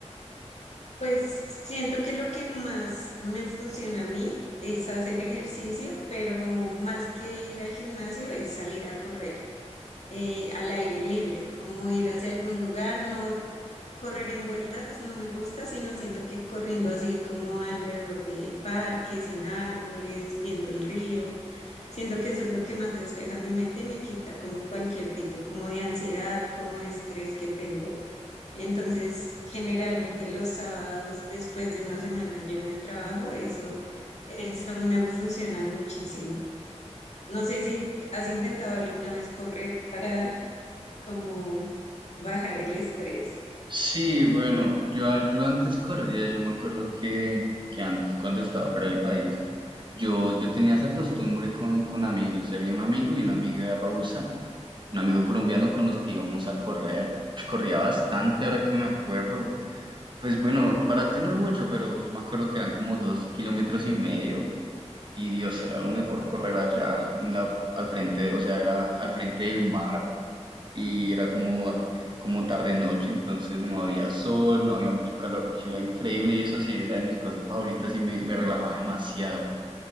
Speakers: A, on the left; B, on the right.
A: Pues siento que lo que más me funciona a mí es hacer ejercicio, pero más que ir al gimnasio es salir a correr eh, al aire libre, como ir hacia algún lugar, no correr en vueltas, no me gusta, sino siento que corriendo así como alrededor de parques, en árboles, viendo el río, siento que eso es lo que más despeja mi mente y me quita como cualquier tipo, como de ansiedad, como de estrés que tengo. Entonces, generalmente los sábados, después de una semana llena de trabajo, eso, eso me funciona muchísimo. No sé si has intentado alguna vez correr para como bajar el estrés.
B: Sí, bueno, yo, yo antes corría, yo me acuerdo que, que antes, cuando estaba fuera del país, yo, yo tenía esa costumbre con, con amigos, o sea, había un amigo y una amiga rusa, un amigo colombiano con los que íbamos a correr. Corría bastante, ahora que me acuerdo. Pues bueno, para ti no es mucho, pero yo me acuerdo que eran como dos kilómetros y medio y Dios, era lo mejor correr allá en la, al frente, o sea, era al frente del mar y era como, como tarde noche, entonces no había sol, no había mucho calor, y era increíble y eso sí era de mis cosas favoritas y me, me relajaba demasiado.